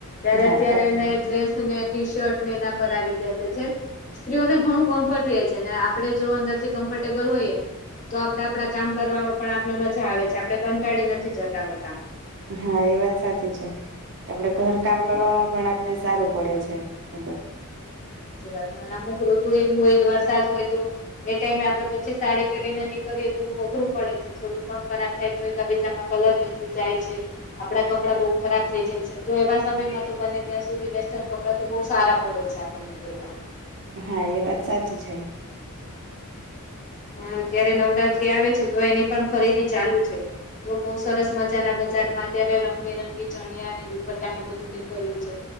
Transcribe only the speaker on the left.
ત્યારે
અત્યારે
ડ્રેસ અને ટી શર્ટ એના પર આવી ગયા છે જે સ્ત્રીઓને ઘણું કમ્ફર્ટ રહે છે ને આપણે જો અંદર થી કમ્ફર્ટેબલ હોયએમ તો આપડે આપડા કામ કરવાવામાં પણ આપને મજા આવે છે આપણે કંટાળી નથી જતા હોતા
એટલે
સાચી વાત છે અને અમુક ઋતુ એ હોય કે વરસાદ હોય તો એ ટાઈમે આપડે પછી સાડી પહેરીને નીકળીએ તો બઉુ અઘરું પડે છે થોડું પણ ખરાબ થાય તો એકબીચામાં કલર બેસી જાય છે આપડા કપડાં બઉુ ખરાબ થઇ જાય છે તો એવા સમયમાં તો બને ત્યાં સુધી વેસ્ટર્ન કપડાં તો બહુ સારા પડે છે તને પ
હ ત્યારે નવરાત્રી આવે છે તો એની પણ ખરીદી ચાલુ છે તો બઉુ સરસ મજાના બજારમાં અત્યારે રંગબેરંગી ચણિયા અને દુપટ્ટા ને બધું નીકળ્યું છે